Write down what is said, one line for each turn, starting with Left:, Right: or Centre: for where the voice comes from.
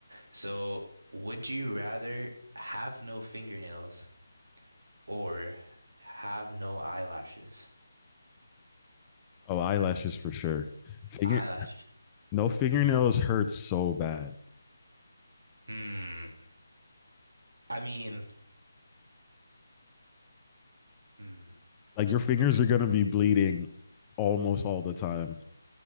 Right: So, would you rather have no fingernails or have no eyelashes?
Left: Oh, eyelashes for sure. Finger,
Right: Eyelash.
Left: no fingernails hurt so bad.
Right: Hmm. I mean, hmm.
Left: Like your fingers are gonna be bleeding almost all the time.